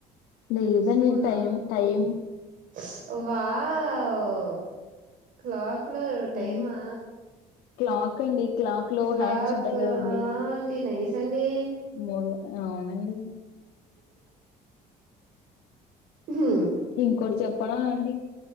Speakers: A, on the left; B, on the right.
A: లేదండి
B: spoon
A: time time
B: is wow clock లో టైమా
A: ఏం క్లాక్ అండి క్లాక్ లో
B: క్లాక్
A: హ్యాండ్స్ ఉంటాయి కదండి
B: ఆ అండి నైస అండి
A: మూడు అవునండి
B: హు
A: ఇంకోటి చెప్పనా అండి